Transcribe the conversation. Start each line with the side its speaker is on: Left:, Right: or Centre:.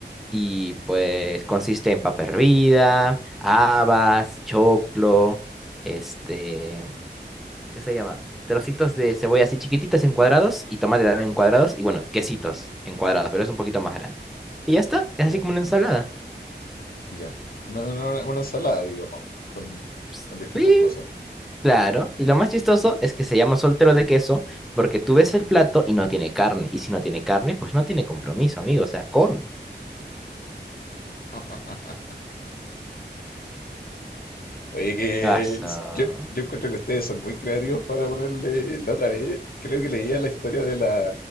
Centre: Y pues consiste en papa hervida, habas, choclo, este, ¿qué se llama? Trocitos de cebolla así chiquititas en cuadrados y tomate también en cuadrados. Y bueno, quesitos en cuadrados, pero es un poquito más grande. Y ya está, es
Left: Ya,
Centre: así como una ensalada.
Left: ya. Una, una- una ensalada, digamos, con,
Centre: Pues,
Left: con distintas
Centre: Sí,
Left: cosas.
Centre: Claro, y lo más chistoso es que se llama soltero de queso porque tú ves el plato y no tiene carne, y si no tiene carne, pues no tiene compromiso, amigo, o sea, come.
Left: <laughs> Oye, que
Centre: Gaso.
Left: yo, yo encuentro que ustedes son muy creativos para ponerle. La otra vez creo que leía la historia de la,